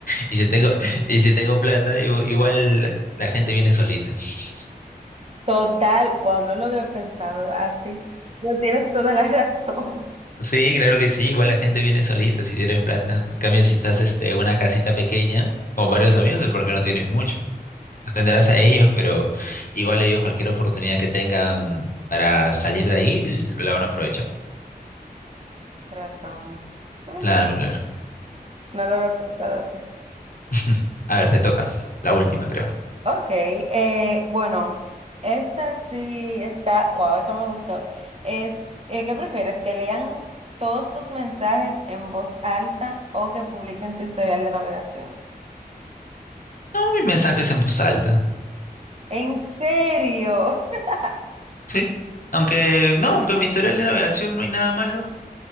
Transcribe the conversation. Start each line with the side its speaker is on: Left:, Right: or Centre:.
Left: Y si tengo, y si tengo plata, igu- igual la gente viene solita. <laughs>
Right: Total, wow, no lo había pensado así. Pero tienes toda la razón. <laughs>
Left: Sí, claro que sí, igual la gente viene solita si tienes plata. A cambio, si estás este, en una casita pequeña con varios amigos es porque no tienes mucho. Atenderás
Right: Bueno,
Left: a ellos, pero igual ellos cualquier oportunidad que tengan para salir de ahí la van a aprovechar.
Right: razón. No,
Left: Claro,
Right: no, no,
Left: claro.
Right: no lo había pensado así.
Left: <laughs> A ver, te toca. La última, creo.
Right: Ok, eh, bueno, esta sí está, wow, esa me gustó. Es, eh, ¿qué prefieres? ¿Que lean todos tus mensajes en voz alta o que publiquen tu historial de navegación?
Left: No, mis mensajes en voz alta.
Right: ¿En serio? <laughs>
Left: ¿Sí? Aunque, no, aunque en mi historial de navegación no hay nada malo.